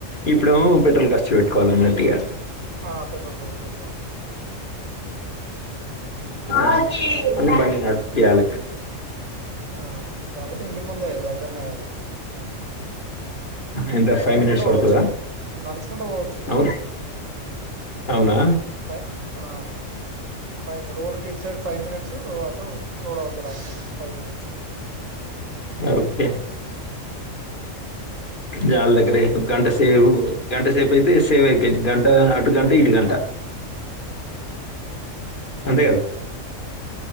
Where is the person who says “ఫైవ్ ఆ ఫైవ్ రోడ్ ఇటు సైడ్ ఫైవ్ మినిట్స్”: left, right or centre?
Right